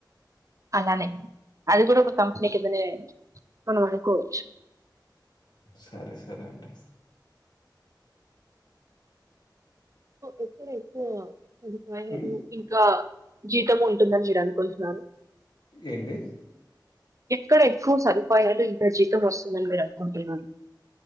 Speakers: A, on the right; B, on the left.
A: అలానే అది కూడా ఒక కంపెనీ కిందనే మనం అనుకోవచ్చు
B: సరే సరే అండి
A: ఎక్కడ ఎక్కువ సదుపాయాలు
B: ఉమ్,
A: ఇంకా జీతం ఉంటుందని మీరు అనుకుంటున్నాను
B: ఏంటి
A: ఇక్కడ ఎక్కువ సదుపాయాలు ఇంకా జీతం వస్తుందని మీరు అనుకుంటున్నా